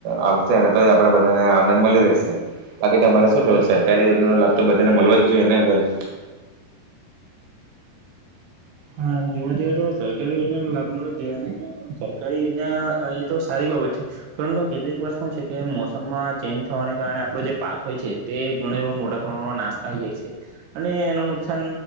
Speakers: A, on the right (about 70°); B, on the right (about 80°).
A: આવશે અને તો જ આપણે બધાને અનાજ મળી રહેશે બાકી તમારે શું કેવું સરકારી યોજનાનો લાભ તો બધાને મળવો જ જોઈએ ને ભાઈ
B: હા જોવા જઈએ તો સરકારી યોજનાનો લાભ મળવો જોઈએ અને સરકારી યોજના એ તો સારી બાબત છે પરંતુ કેટલીક વર્ષ શું છે કે મોસમમાં ચેન્જ થવાને કારણે આપણો જે પાક હોય છે તે ઘણ એ મોટા પ્રમાણમાં નાશ થાય જાય છે અને એનું નુકસાન